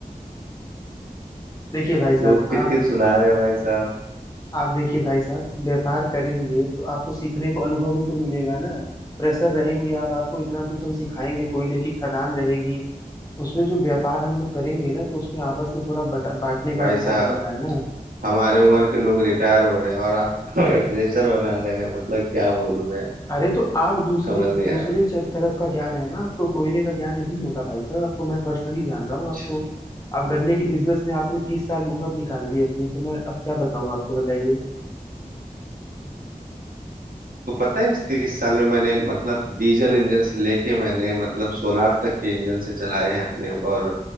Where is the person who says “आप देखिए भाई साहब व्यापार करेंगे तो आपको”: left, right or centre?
Left